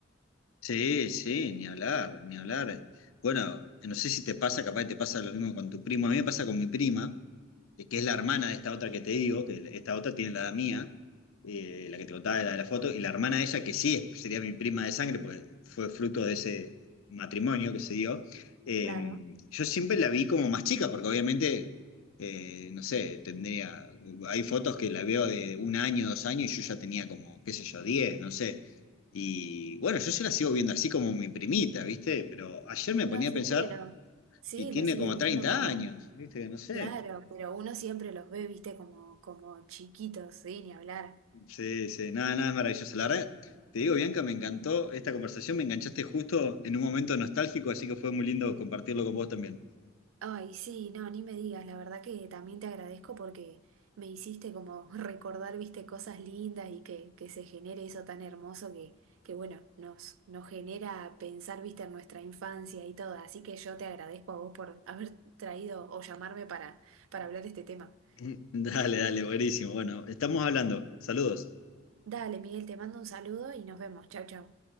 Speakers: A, on the left; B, on the right.
A: Sí, sí, ni hablar, ni hablar. Bueno, no sé si te pasa, capaz que te pasa lo mismo con tu primo. A mí me pasa con mi prima, eh, que es la hermana de esta otra que te digo, que esta otra tiene la edad mía, eh, la que te contaba, la de la foto, y la hermana de ella, que sí es- sería mi prima de sangre, porque fue fruto de ese matrimonio que se dio. eh,
B: Claro,
A: yo siempre la vi como más chica, porque obviamente, eh, no sé, tendría, hay fotos que la veo de un año, dos años, y yo ya tenía como, qué sé yo, diez, no sé. Y bueno, yo se la sigo viendo así como mi primita, ¿viste? Pero ayer
B: uno
A: me ponía
B: siempre
A: a pensar
B: lo, sí,
A: y tiene
B: lo sigue
A: como
B: viendo
A: 30
B: como
A: años, ¿viste? No sé.
B: Claro, pero uno siempre los ve, viste, como, como chiquitos, sí, ni hablar.
A: Sí, sí, nada, nada es maravilloso. La verdad, te digo, Bianca, me encantó esta conversación, me enganchaste justo en un momento nostálgico, así que fue muy lindo compartirlo con vos también.
B: Ay, sí, no, ni me digas, la verdad que también te agradezco porque me hiciste como <laughs> recordar, viste, cosas lindas y que, que se genere eso tan hermoso que, que bueno, nos, nos genera pensar, viste, en nuestra infancia y todo. Así que yo te agradezco a vos por haber traído o llamarme para, para hablar de este tema.
A: <laughs> Dale, dale, buenísimo. Bueno, estamos hablando. Saludos.
B: Dale, Miguel, te mando un saludo y nos vemos. Chau, chau.